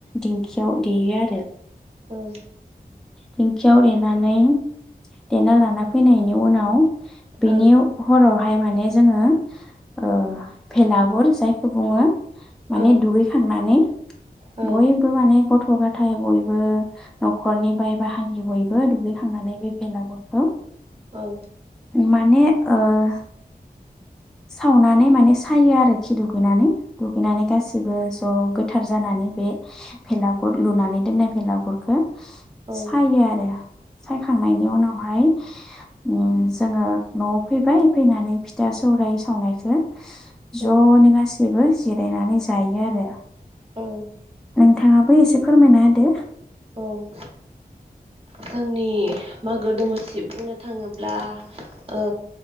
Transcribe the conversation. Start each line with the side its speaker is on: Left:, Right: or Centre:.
Centre: दिंखियाव देयो आरो।
Right: औ
Centre: दिंखियाव देनानै, देना लाना फैनायनि उनाव बिनि
Right: औ
Centre: हरावहाय माने जोङो। ओ-भेलागुर जायखौ बुङो माने
Right: औ
Centre: दुगैखांनानै।
Right: औ
Centre: बयबो माने गथ' गथाय बयबो नख खरनि बाय बाहागि बयबो दुगैखांनानै बे बेलागुरखौ।
Right: औ
Centre: माने ओ- सावनानै माने सायो आरो खि दुगैनानै दुगैनानै गासिबो। गोथार जानानै बे भेलागुर लुनानै दोननाय भेलागुरखौ
Right: औ
Centre: सायो। आरो सायखांनायनि उनावहाय उम जोङो न'आव फैबाय फैनानै, फिथा सौराय सावनायखौ ज'नो
Right: औ
Centre: गासैबो जिरायनानै जायो आरो।
Right: औ
Centre: नोंथाङाबो एसे फोरमायना होदो।
Right: औ जोंनि मागो दमासि बुंनो थाङोब्ला ओ।